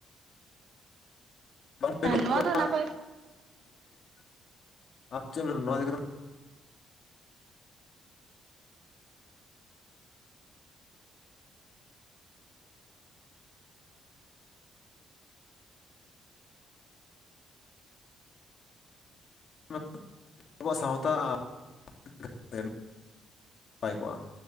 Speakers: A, on the left; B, on the right.
A: <unintelligible>
B: ᱱᱚᱣᱟ ᱫᱚ ᱱᱟᱯᱟᱭ
A: ᱟᱢ ᱪᱮᱫ ᱢᱮᱱᱟᱢ ᱱᱚᱣᱟ ᱤᱫᱤ ᱠᱟᱛᱮᱱ? <unintelligible> ᱟᱵᱚᱣᱟᱜ ᱥᱟᱶᱛᱟ <unintelligible> ᱱᱟᱯᱟᱭ ᱠᱚᱜᱼᱟ ᱾